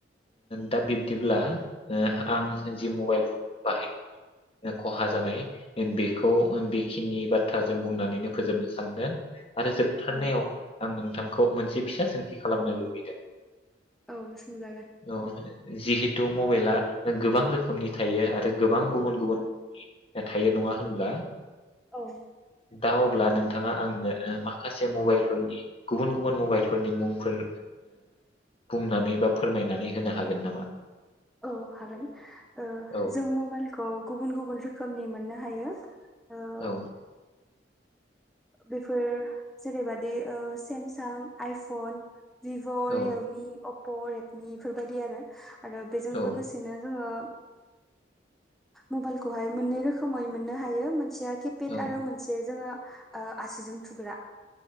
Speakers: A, on the left; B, in the centre.
A: दा बिब्दिब्ला ओ आं जि मबाइल फन बाहायनानै खहा जानाय बे खौ बेखिनि बा थ्राजों बुंनानैनो फोबनो सानदों आरो जोबथारनायाव
B: औ
A: आं नोंथां खौ मोनसे फिसा सोंथि खालामनो लुबैदों
B: औ सोंजागोन।
A: अ जिहेतु मबाइला गोबां रोखोमनि थायो आरो गोबां गुबुन गुबुन थायो नङा होनब्ला
B: औ
A: दा अब्लानो नोंथाङा आंनो माखासे मबाइलफोरनि गुबुन गुबुन मबाइलफोरनि मुंफोर बुंनानै बा फोरमायनानै होनो हागोन नामा
B: औ हागोन ओ
A: औ
B: जों मबाइलखौ गुबुन गुबुन रोखोमनि मो ननो हायो ओ
A: औ
B: बेफोर जेरैबादि सेमसां आइफन भिभ'
A: औ
B: रियेलमि अ प' रेडमि बेफोरबायदि आरो आरो बेजों
A: औ
B: लोगोसेनो जोङो मबाइलखौहाय मोननै रोखोमै मोननो हायो मोनसेया किपेड
A: औ
B: आरो मोनसे जोङो आसिजों थुग्रा